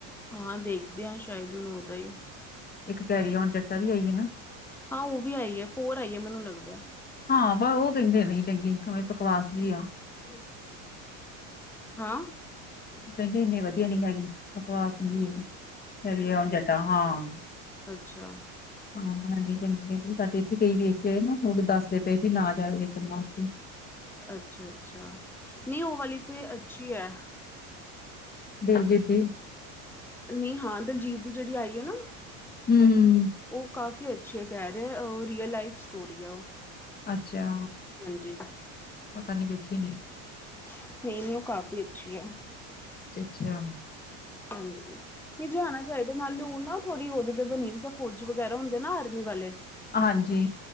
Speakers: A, in the centre; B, on the left.
A: ਹਾਂ ਦੇਖਦੇ ਹੈ ਸ਼ਾਇਦ ਉਹਨੂੰ ਉਹਦਾ ਹੀ
B: ਇੱਕ ਕੈਰੀ ਆਉਣ ਜਟਾ ਵੀ ਆਈਏ ਨਾ
A: ਹਾਂ ਉਹ ਵੀ ਆਈ ਹੈ, ਫੋਰ ਆਈ ਹੈ ਮੈਨੂੰ ਲੱਗਦਾ
B: ਹਾਂ ਬ ਉਹ ਕਹਿੰਦੇ ਨੇ ਚੰਗੀ ਨਹੀ ਬਕਵਾਸ ਜੀ ਆ
A: ਇਸ ਹਾਂ
B: ਕਹਿੰਦੇ ਇੰਨੇ ਵਧੀਆ ਨੀ ਹੈਗੀ, ਬਕਵਾਸ ਹੈ ਕੈਰੀ ਆਉਣ ਜੱਟਾ ਹਾਂ
A: ਅੱਛਾ
B: ਹਾਂ ਹਾਂਜੀ ਚੰਗੀ ਕਹਿੰਦੀ ਸਾਡੇ ਇੱਥੇ ਕਈ ਵੇਖ ਕੇ ਆਏ ਨਾ ਦੱਸਦੇ ਪਏ ਵੀ ਨਾ ਜਾਓ ਵੇਖਣ ਵਾਸਤੇ
A: ਅੱਛਾ, ਅੱਛਾ, ਨਹੀਂ ਉਹ ਵਾਲੀ ਤੇ ਅੱਛੀ ਹੈ
B: ਬੇਇਜਤੀ
A: ਨਹੀਂ ਹਾਂ ਦਲਜੀਤ ਦੀ ਜਿਹੜੀ ਆਈ ਹੈ ਨਾ
B: ਹਮ- ਹਮ- ਹਮ
A: ਉਹ ਕਾਫੀ ਅੱਛੀ ਕਹਿ ਰਹੇ, ਉਹ ਰੀਅਲ ਲਾਈਫ ਸਟੋਰੀ ਹੈ ਉਹ
B: ਅੱਛਾ,
A: ਹਾਂਜੀ
B: ਪਤਾ ਨੀ ਵੇ ਅੱਛਾ,
A: ਨਹੀਂ ਨਹੀਂ ਉਹ ਕਾਫ਼ੀ ਅੱਛੀ ਹੈ
B: ਅੱਛਾ
A: ਹਾਂਜੀ ਨ ਜੋ ਆਉਣਾ ਚਾਹੀਦਾ ਨਾਲ ਲੂ ਨਾਲ ਥੋੜੀ ਉਹਦੇ ਤੇ ਬਣੀ ਰਹੀ ਸ ਫੌਜੀ ਵਗੈਰਾ ਹੁੰਦੇ ਨਾ ਆਰਮੀ ਵਾਲੇ
B: ਹਾਂਜੀ